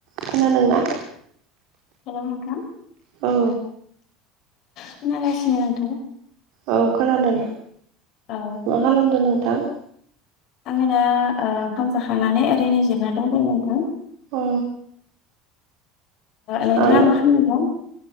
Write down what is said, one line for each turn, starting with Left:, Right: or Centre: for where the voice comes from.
Right: खोनादोंना
Left: हेल' नोंथां
Right: औ
Left: खोनागासिनो नोंथां
Right: औ खोनादों
Left: औ
Right: मा खालामदों नोंथां
Left: आंङो दा ओ ओंखाम जाखांनानै ओरैनो जिरायना दंफैयो नोंथां
Right: औ
Left: नोंथांङा
Right: आं
Left: मा खालामबाय दं